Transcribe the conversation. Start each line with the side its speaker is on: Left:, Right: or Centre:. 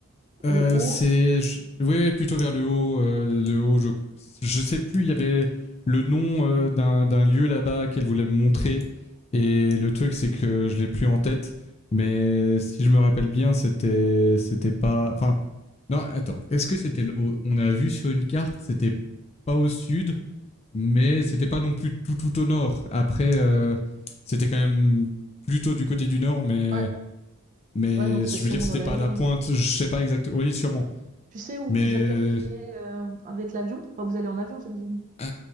Right: le
Left: Euh,
Right: Haut?
Left: c'est. je- Ouais, plutôt vers le haut. euh, le haut, je... je sais plus, il y avait le nom euh, d'un d'un lieu là-bas qu'elle voulait me montrer. Et le truc, c'est que je l'ai plus en tête. Mais si je me rappelle bien, c'était. C'était pas. Enfin. Non, attends. Est-ce que c'était. le haut On a vu sur une carte, c'était pas au sud. Mais c'était pas non plus tout, tout au nord. Après, euh, c'était quand même plutôt du côté du nord, mais.
Right: Ouais,
Left: Mais
Right: ouais, donc c'est
Left: je
Right: sûrement
Left: veux dire, c'était
Right: dans les
Left: pas
Right: Highlands.
Left: à la pointe, je sais pas exactement. Oui, sûrement.
Right: Tu sais où
Left: Mais
Right: vous
Left: euh,
Right: atterririez euh, avec l'avion? Enfin, vous allez en avion, j'imagine.
Left: Euh,